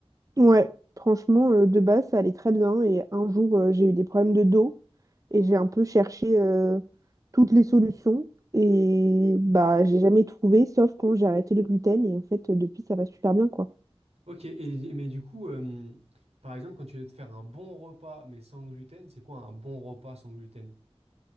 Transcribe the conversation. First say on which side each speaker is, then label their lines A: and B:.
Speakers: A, on the right; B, on the right.
A: Ouais, franchement, euh, de base, ça allait très bien. Et un jour, euh, j'ai eu des problèmes de dos. Et j'ai un peu cherché euh, toutes les solutions. Et bah, j'ai jamais trouvé, sauf quand j'ai arrêté le gluten. Et en fait, depuis, ça va super bien, quoi.
B: Ok, et, mais du coup, euh, par exemple, quand tu veux te faire un bon repas mais sans gluten, c'est quoi un bon repas sans gluten?